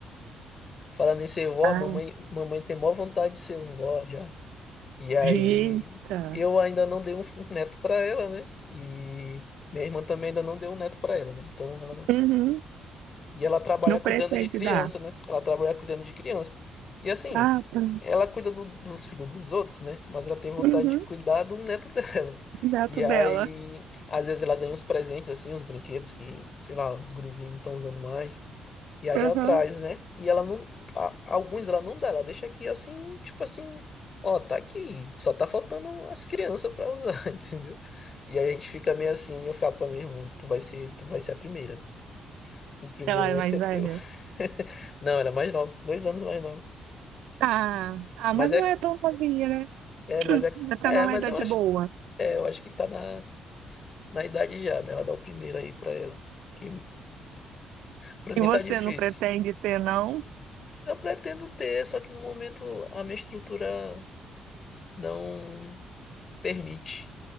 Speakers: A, on the left; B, on the right.
A: Falando em ser vó,
B: Ah,
A: a mamãe, mamãe tem maior vontade de ser vó já. E aí
B: eita.
A: eu ainda não dei um, um neto pra ela, né? E minha irmã também ainda não deu um neto pra ela, né? Então ela
B: Uhum.
A: E ela trabalha
B: Não
A: cuidando
B: pretende
A: de criança,
B: dar.
A: né? Ela trabalha cuidando de criança. E assim,
B: Ah, tá.
A: ela cuida do- dos filhos dos outros, né? Mas ela tem vontade
B: Uhum.
A: de cuidar do neto <laughs> dela.
B: Neto
A: E
B: dela.
A: aí, às vezes ela ganha uns presentes, assim, uns brinquedos que, sei lá, os gurizinhos não estão usando mais. E aí
B: Uhum.
A: ela traz, né? E ela não. a- alguns ela não dá, ela deixa aqui assim, tipo assim, ó, tá aqui, só tá faltando as crianças pra usar, <laughs> entendeu? E aí a gente fica meio assim, eu falo pra minha irmã, tu vai ser, tu vai ser a primeira. O primeiro
B: Ela é
A: vai
B: mais
A: ser
B: velha.
A: teu. <laughs> Não, era mais nova. Dois anos mais nova.
B: Ah, ah,
A: Mas
B: mas
A: é,
B: não é tão novinha, né?
A: é, mas é,
B: Já tá
A: é,
B: numa
A: mas
B: idade
A: eu acho,
B: boa.
A: é, eu acho que tá na, na idade já, né? Ela dá o primeiro aí pra ela. Que pra mim
B: E você
A: tá difícil.
B: não pretende ter, não?
A: Eu pretendo ter, só que no momento a minha estrutura não permite.